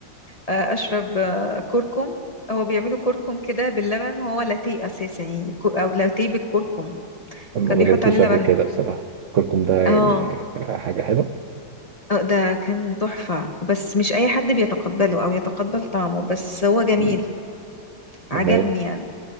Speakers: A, on the left; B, on the right.
A: آه، اشرب آه، كركم هو بيعملوا كركم كده باللبن وهو لاتيه اساسا يعني كو- او لاتيه بالكركم
B: ما
A: كان
B: بدأتوش
A: بيحط عليه لبن
B: قبل كده بصراحه كركم ده يعني
A: اه
B: حاجه حلوه
A: آه، ده كان تحفة بس مش اي حد بيتقبله او يتقبل طعمه بس هو جميل
B: مم. تمام
A: عجبني يعني